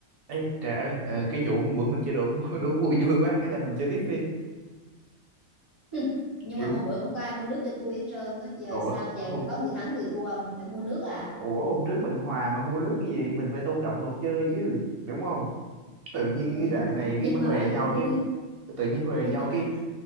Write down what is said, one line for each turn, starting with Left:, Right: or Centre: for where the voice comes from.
Right: Ê, Trà ơi, ờ, cái vụ hôm bữa mình chơi đố <laughs> đố vui vui quá hay là mình chơi tiếp đi.
Left: Hừ, nhưng
Right: Kiểu
Left: mà hôm bữa không có ai mua nước cho tôi hết trơn á giờ
Right: ủa
Left: sao vậy
Right: hôm
Left: phải có người thắng người thua mình phải mua nước à
Right: ủa hôm trước mình hòa mà mua nước cái gì, mình phải tôn trọng luật chơi chứ, đúng không? Tự nhiên
Left: ừ
Right: cái
Left: nhưng
Right: đoạn
Left: mà bạn
Right: này
Left: nhưng
Right: cái
Left: mà
Right: huề
Left: bạn
Right: nhau
Left: không vui
Right: cái tự nhiên huề
Left: nhưng
Right: nhau
Left: mà bạn
Right: cái